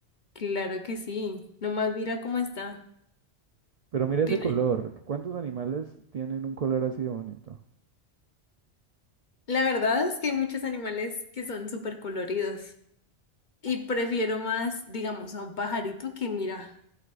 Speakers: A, on the left; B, on the right.
A: Claro que sí. Nomás mira cómo está.
B: pero mira ese
A: Tiene.
B: color. ¿Cuántos animales tienen un color así de bonito?
A: La verdad es que hay muchos animales que son súper coloridos y prefiero más, digamos, a un pajarito que mira,